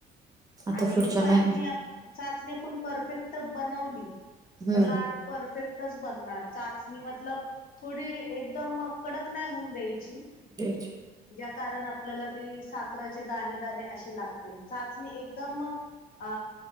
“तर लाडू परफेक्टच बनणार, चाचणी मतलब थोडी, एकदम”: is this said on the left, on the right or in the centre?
Left